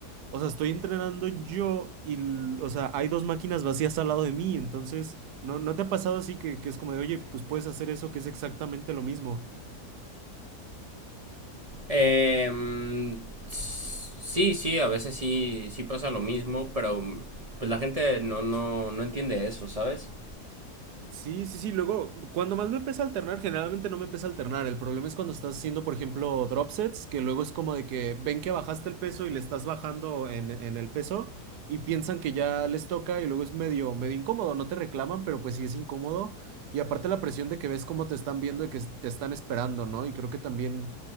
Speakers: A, on the right; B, on the right.
A: o sea, estoy entrenando yo y, l- o sea, hay dos máquinas vacías al lado de mí. Entonces, ¿no, no te ha pasado así que, que es como de, oye, pues puedes hacer eso que es exactamente lo mismo?
B: Em, s- sí, sí, a veces sí, sí pasa lo mismo, pero pues la gente no, no, no entiende eso, ¿sabes?
A: Sí, sí, sí. Luego, cuando más me pesa alternar, generalmente no me pesa alternar. El problema es cuando estás haciendo, por ejemplo, drop sets, que luego es como de que ven que bajaste el peso y le estás bajando en, en el peso y piensan que ya les toca y luego es medio, medio incómodo. No te reclaman, pero pues sí es incómodo. Y aparte la presión de que ves cómo te están viendo y que te están esperando, ¿no? Y creo que también